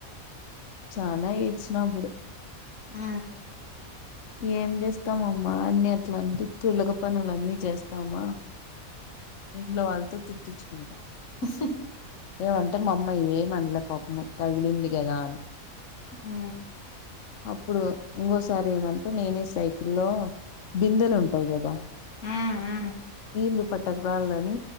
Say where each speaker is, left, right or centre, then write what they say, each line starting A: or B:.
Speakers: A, on the left; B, on the left.
A: చానా ఏడ్చినా అప్పుడు
B: ఆ
A: ఏం చేస్తామమ్మా అన్నిట్ల తులగ పనులన్నీ చేస్తామా ఇంట్లో అంతా తూ <unintelligible>
B: ఉహ్ ఉహు
A: ఏమంటే మా అమ్మ ఏమనలే పాపం తగిలింది. కదా అని
B: ఆ
A: అప్పుడు ఇంకోసారి ఏమ నేనే సైకిల్ల్లో బిందెలు ఉంటాయి గదా
B: హ్మ్
A: నీళ్లు ప త్తకరాళ్ళని